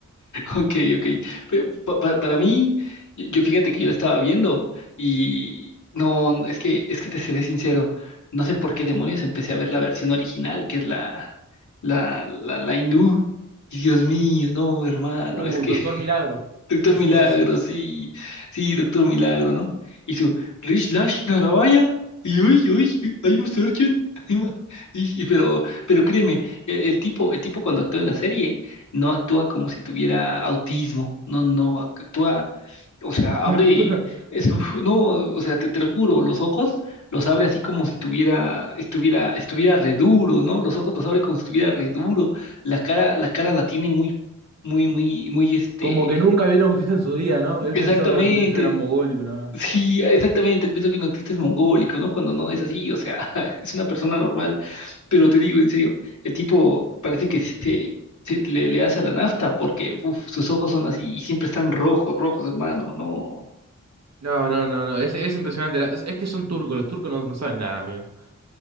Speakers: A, on the left; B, on the right.
A: Ok, ok. Pe- pa- pa- para mí, yo yo fíjate que yo la estaba viendo y no, no, es que, es que te seré sincero, no sé por qué demonios empecé a ver la versión original, que es la, la, la, la hindú. Y Dios mío, no, hermano,
B: Uh,
A: es que
B: Doctor Milagro.
A: Doctor
B: Sí, sí,
A: Milagro,
B: sí, sí.
A: sí, sí, Doctor Milagro, ¿no? Y su Rich Lash Naravaya, y uy, uy, I'm a surgeon, I'm a-". Y, y pero, pero créeme, el, el tipo, el tipo cuando actúa en la serie, no actúa como si tuviera autismo, no, no, actúa, o sea, abre,
B: <laughs>
A: es- uf, no, o sea, te, te lo juro, los ojos los abre así como si tuviera, estuviera, estuviera re duro, ¿no? Los ojos los abre como si estuviera re duro, la cara, la cara la tiene muy, muy, muy, muy, este
B: Como que nunca vieron autista en su vida, ¿no? Él
A: Exactamente.
B: pensó que los autistas eran mogólicos, nada más.
A: Sí, exactamente. El peso que un autista es mongólico, ¿no? Cuando no es así, o sea, <laughs> es una persona normal. Pero te digo, en serio, el tipo parece que se, se- le, le hace a la nafta porque uf, sus ojos son así y siempre están rojos, rojos, hermano, no.
B: No, no, no, no. Es, es impresionante. Es, es que son turcos. Los turcos no, no saben nada, amigo.